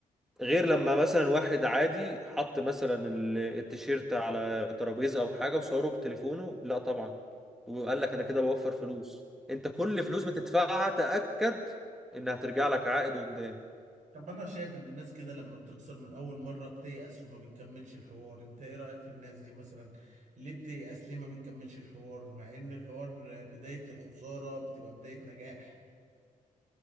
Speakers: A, in the centre; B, on the right (about 60°).
A: غير لما مثلا واحد عادي حط مثلا ال- التيشيرت على ترابيزة او حاجة وصوره بتليفونه لا طبعا وقال
B: يعني
A: لك انا كده بوفر فلوس انت كل فلوس بتدفعها تأكد انها ترجع لك عائد قدام
B: طب انا شايف ان الناس كده لما بتخسر من اول مرة بتيأس وما بتكملش الحوار انت ايه رأيك في الناس دي مثلا ليه بتيأس ليه ما بتكملش الحوار مع ان الحوار بداية الخسارة بتبقى بداية نجاح